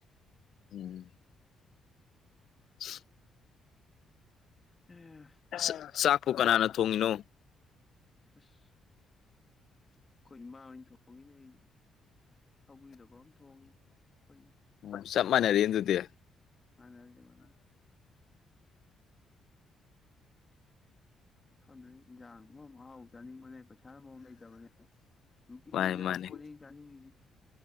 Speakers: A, on the left; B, on the left.
A: ꯎꯝ꯫ <unintelligible>
B: <unintelligible>
A: ꯑꯁ ꯆꯥꯛꯄꯨ ꯀꯅꯥꯅ ꯊꯣꯡꯉꯤꯅꯣ꯫
B: ꯑꯁ ꯑꯩꯈꯣꯏ ꯏꯃꯥ ꯍꯣꯏꯅ ꯊꯣꯡꯉꯤꯅꯦ ꯑꯩ ꯁꯧꯒꯔꯤꯔ ꯀꯩꯅꯣꯝ ꯊꯣꯡꯉꯤ ꯑꯩꯈꯣꯏ
A: ꯎꯝ ꯆꯞ ꯃꯥꯟꯅꯔꯦꯅꯦ ꯑꯗꯨꯗꯤ꯫
B: ꯃꯥꯟꯅꯔꯦ ꯃꯥꯟꯅꯔꯦ꯫ ꯈꯪꯗ꯭ꯔꯦ ꯏꯟꯖꯥꯡꯅ ꯃꯔꯣꯟ ꯑꯍꯥꯎ ꯆꯥꯅꯤꯡꯕꯅꯦ ꯄꯩꯁꯥ ꯃꯔꯣꯟ ꯑꯃ ꯂꯩꯇꯕꯅꯦ꯫ ꯅꯨꯡꯇꯤꯒꯤ
A: ꯃꯥꯅꯤ ꯃꯥꯅꯤ
B: ꯑꯍꯥꯎꯕꯅꯦ ꯑꯩ ꯆꯥꯅꯤꯡꯉꯤꯁꯦ꯫